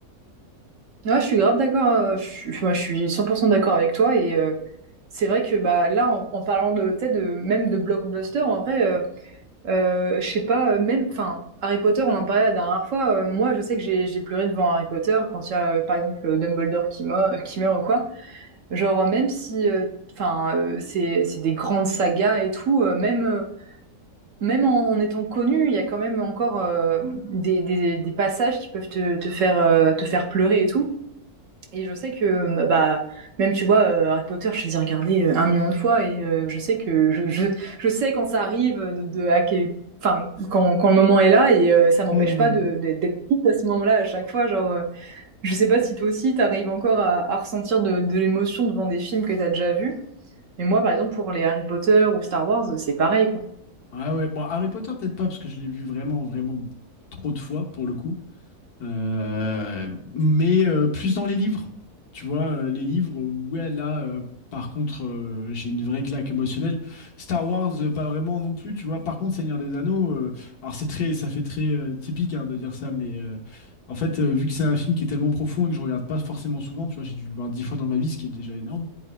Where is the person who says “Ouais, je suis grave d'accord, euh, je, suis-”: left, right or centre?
Right